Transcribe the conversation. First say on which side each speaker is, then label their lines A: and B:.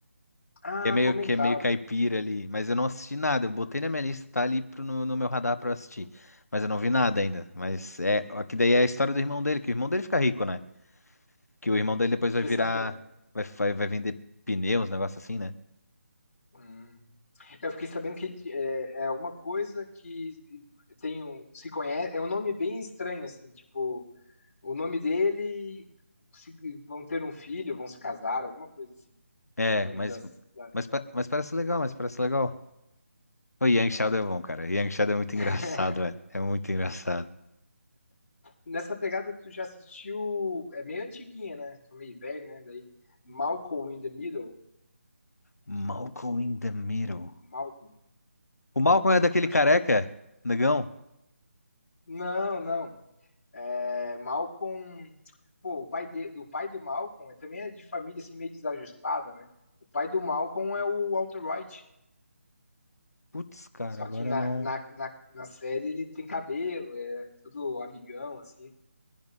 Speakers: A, on the left (about 45°); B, on the left (about 85°).
A: Ah,
B: que é meio
A: comentaram.
B: que é meio caipira ali, mas eu não assisti nada. Eu botei na minha lista, tá ali pro- no, no meu radar pra eu assistir, mas eu não vi nada ainda. Mas é, ó, que daí é a história do irmão dele, que o irmão dele fica rico, né? Que o irmão
A: Uhum,
B: dele depois
A: eu fiquei
B: vai virar,
A: sabendo.
B: vai, vai, vai vender pneus, um negócio assim, né?
A: Hum. Eu fiquei sabendo que ele é, é alguma coisa que tem um, se conhece, é um nome bem estranho, assim, tipo, O nome dele. se- vão ter um filho, vão se casar, alguma coisa assim.
B: É,
A: O nome
B: mas,
A: das. da
B: mas, pa- mas parece legal, mas
A: série.
B: parece legal. O Yang Shadow é bom, cara. Yang Shadow é muito
A: <laughs>
B: engraçado, velho. É muito engraçado.
A: Nessa pegada, tu já assistiu. É meio antiguinha, né? Tô meio velho, né? Daí. Malcolm in the Middle.
B: Malcolm in the Middle.
A: Malcolm.
B: O Malcolm é daquele
A: eu Acho
B: careca,
A: que.
B: negão?
A: Não, não. É, Malcolm. Pô, o pai, de, do pai do Malcolm é, também é de família assim, meio desajustada, né? O pai do Malcolm é o Walter White.
B: Putz, cara,
A: Só
B: agora
A: que na,
B: não.
A: na, na, na série ele tem cabelo, é todo amigão, assim.